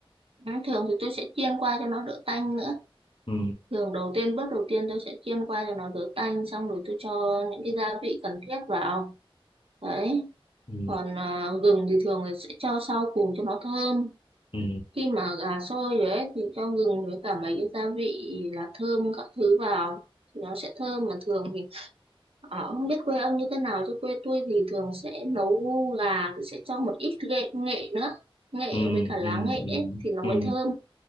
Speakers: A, on the right; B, on the left.
A: Ừ, thường thì tôi sẽ chiên qua cho nó đỡ tanh nữa
B: ừ.
A: thường đầu tiên bước đầu tiên tôi sẽ chiên qua cho nó đỡ tanh xong rồi tôi cho những cái gia vị cần thiết vào đấy
B: Ừ.
A: còn à, gừng thì thường là sẽ cho sau cùng cho nó thơm
B: Ừ.
A: khi mà gà sôi rồi ấy, thì cho gừng với cả mấy cái gia vị là thơm các thứ vào thì nó sẽ thơm mà thường thì ở không biết quê ông như thế nào chứ quê tôi thì thường sẽ nấu gà thì sẽ cho một ít nghệ nghệ nữa nghệ
B: Ừ.
A: với cả lá
B: Ừ.
A: nghệ
B: Ừ.
A: ấy, thì nó
B: Ừ.
A: mới
B: ừ.
A: thơm